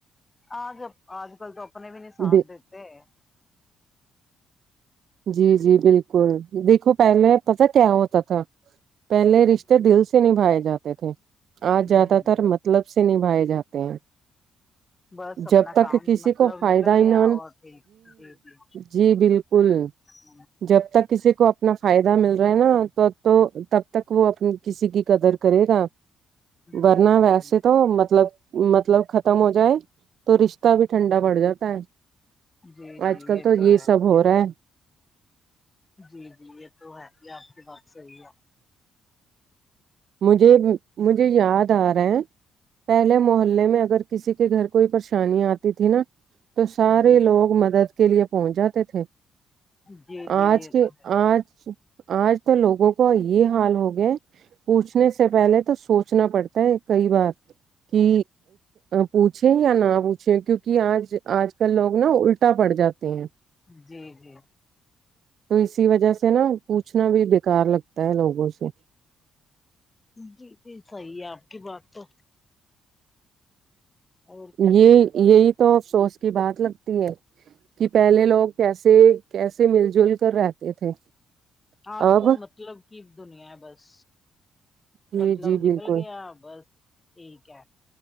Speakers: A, on the left; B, on the right.
A: آج آج کل تو اپنے بھی نہیں ساتھ
B: دے-
A: دیتے ہے
B: جی جی بالکل دیکھو پہلے پتا ہے کیا ہوتا تھا پہلے رشتے دل سے نبھائے جاتے تھے
A: ہ
B: آج زیادہ تر مطلب سے نبھائے جاتے ہیں
A: بس اپنا
B: جب تک
A: کام
B: کسی
A: مطلب
B: کو فائدہ
A: نکل
B: ہی
A: گیا
B: نان
A: اور پھر جی جی
B: جی بالکل
A: جی
B: جب تک کسی کو اپنا فائدہ مل رہا ہے نا تو تو تب تک وہ اپنی کسی کی قدر کرے گا
A: جی
B: ورنہ ویسے
A: جی
B: تو مطلب مطلب ختم ہو جائے تو رشتہ بھی ٹھنڈا پڑ جاتا ہے
A: جی جی
B: آج کل تو یہ
A: ہے
B: سب ہو رہا ہے
A: جی جی یہ تو ہے یہ آپ کی بات صحیح ہے
B: مجھے مجھے یاد آ رہا ہے پہلے محلے میں اگر کسی کے گھر کوئی پریشانی آتی تھی نا تو سارے
A: جی جی
B: لوگ مدد کے لیے پہنچ جاتے تھے
A: جی جی
B: آج
A: یہ
B: کے
A: تو ہے
B: آج آج تو لوگوں کو یہ حال ہو گیا پوچھنے سے پہلے تو سوچنا پڑتا ہے کئی بار کہ پوچھیں یا نہ پوچھیں کیونکہ آج آج کل لوگ نا الٹا پڑ جاتے ہیں
A: جی جی
B: تو اسی وجہ سے نا پوچھنا بھی بیکار لگتا ہے لوگوں سے
A: جی جی صحی ہے آپ کی بات تو اور
B: یہ یہی تو افسوس کی بات لگتی ہے کہ پہلے لوگ کیسے کیسے مل جل کر رہتے تھے
A: آج
B: اب
A: کل مطلب کی دنیا ہے بس
B: جی
A: مطلب
B: جی
A: نکل
B: بالکل
A: گیا بس ٹھیک ہے